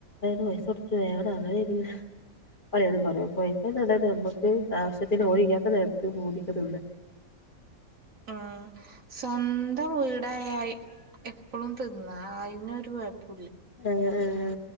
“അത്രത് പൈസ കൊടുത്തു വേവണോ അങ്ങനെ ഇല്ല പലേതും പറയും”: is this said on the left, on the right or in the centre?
Left